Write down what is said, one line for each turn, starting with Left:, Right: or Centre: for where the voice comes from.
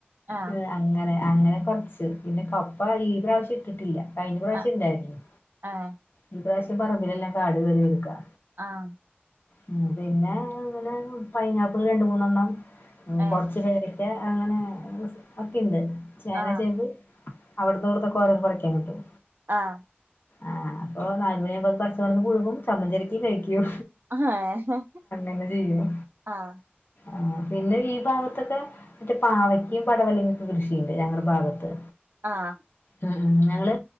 Right: ആഹ്
Left: ഉം അങ്ങനെ അങ്ങനെ കൊറച്ച് പിന്നെ കപ്പ ഈ പ്രാവശ്യം- കിട്ടില്ല കഴിഞ്ഞ
Right: ആഹ്
Left: പ്രാവശ്യം ഇണ്ടായിരുന്നു
Right: ആഹ്
Left: ഈ പ്രാവശ്യം- പറമ്പിലെല്ലാം കാട് കേറികെടുക്കാ
Right: ആഹ്
Left: ഉം പിന്നെ ഇങ്ങനെ പൈനാപ്പിൾ രണ്ട് മൂന്നെണ്ണം- ഉം
Right: ഏഹ്
Left: കൊറച്ചു പേര് പിന്നെ അങ്ങനെ ഒക്കെയുണ്ട് ചേന
Right: ആഹ്
Left: ചേമ്പ് അവിടുന്ന് ഇവിടൊന്നൊക്കെ ഓരോന്ന് പറിക്കാൻ കിട്ടും
Right: ആഹ്
Left: ആഹ് അപ്പൊ നാലുമണിയാകുമ്പോ പറിച്ചോണ്ട് വന്ന് പുഴുങ്ങും ചമ്മന്തി അരക്കും കഴിക്കും അയ്യോ
Right: ഏഹ്
Left: അങ്ങനെ ചെയ്യും
Right: ആഹ്
Left: ആഹ് പിന്നെ ഈ ഭാഗത്തൊക്കെ മറ്റേ പാവയ്ക്കും, പടവലയും, ഒക്കെ കൃഷിയണ്ട് ഞങ്ങളെ ഭാഗത്ത്
Right: ആഹ്
Left: ഉം ഞങ്ങള്